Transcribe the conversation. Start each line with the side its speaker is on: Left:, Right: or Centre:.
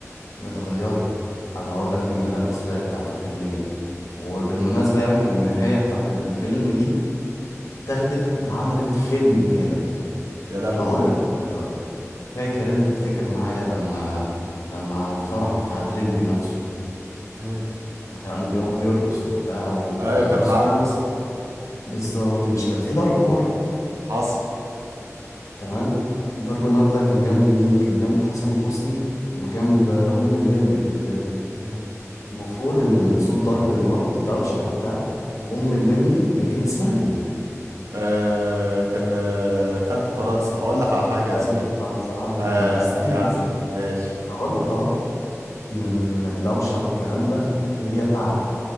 Left: متغيرة انا هقول لك النهاية الاصلية بتاعت الفيلم ايه وبالمناسبة يعني النهاية بتاعت الفيلم دي اتاخدت واتعملت فيلم كامل
Right: يا لهوي
Left: هقول لك دلوقتي فاكر انت افتكر معايا لما لما الفرح بتاع الليمبي نفسه
Right: مم.
Left: لما كان بيقعد يرقص وبتاع ومبسوط
Right: ايوه كان معاه نوسة
Left: بالظبط مش كان في ضرب نار
Right: حصل
Left: تمام ضرب النار ده كان جنب مين كان جنب حسن حسني وجنب ام الليمبي في الفيلم
Right: مم.
Left: المفروض ان من صوت ضرب النار والدوشه وبتاع
Right: مم.
Left: ام الليمبي هي كان اسمها ايه
Right: آه كان آه خلت فرنسا هقول لك على حاجة يا
Left: خالتي
Right: زميلي
Left: في فرنسا عبلة
Right: آه
Left: كامل استنى
Right: يعني
Left: بس
Right: ماشي
Left: هقول لك اهو من ال- من الدوشه والكلام ده
Right: مم.
Left: هي تعبت